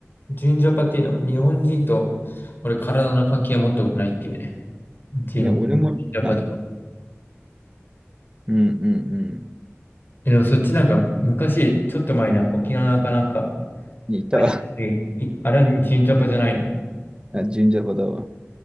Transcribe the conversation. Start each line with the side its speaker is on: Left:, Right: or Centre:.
Left: ジンジャパっていうのは日本人と俺体の関係を持ったことないっていうね。ジン、
Right: いや、俺もない、
Left: ジンジャパと。
Right: うんうん
Left: えでもそっちなんか昔、ちょっと前になんか沖縄かなんか、
Right: うん。いやいたわ。
Left: あれだいあれはジンジャパじゃないの
Right: あ、神社派だわ。